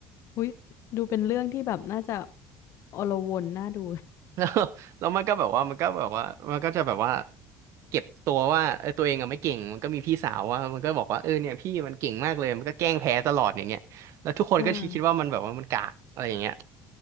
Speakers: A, on the left; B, on the right.
A: อุยดูเป็นเรื่องที่แบบน่าจะอลวนน่าดู
B: <laughs> แล้วแล้วมันก็แบบว่ามันก็แบบว่ามันก็จะแบบว่าเก็บตัวว่าเออตัวเองอะไม่เก่งมันก็มีพี่สาวว่ามันก็บอกว่าเออเนี่ยพี่มันเก่งมากเลยมันก็แกล้งแพ้ตลอดอย่างเงี้ยแล้วทุกคนก็คิดว่ามันแบบว่ามันกากอะไรอย่างเงี้ย
A: อ่า